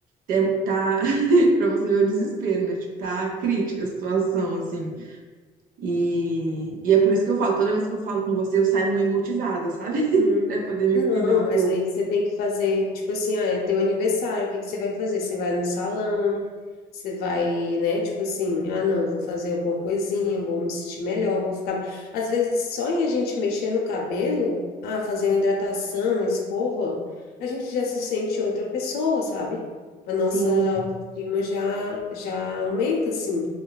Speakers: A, on the right (about 65°); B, on the left (about 85°).
A: É, tá, <laughs> pra você ver o desespero, né? Tipo, tá crítica a situação, assim. E, e é por isso que eu falo, toda vez que eu falo com você, eu saio meio motivada, sabe? <laughs>
B: Uhum.
A: Pra poder me
B: Não,
A: cuidar um
B: mas
A: pouco.
B: aí você tem que fazer, tipo assim, ah, é teu aniversário, o que que você vai fazer? Você vai no salão, você vai, né, tipo assim, ah, não, vou fazer alguma coisinha, vou me sentir melhor, vou ficar. Às vezes, só em a gente mexer no cabelo, ah, fazer uma hidratação, uma escova, a gente já se sente outra pessoa, sabe? A nossa
A: Sim.
B: autoestima já, já aumenta, assim.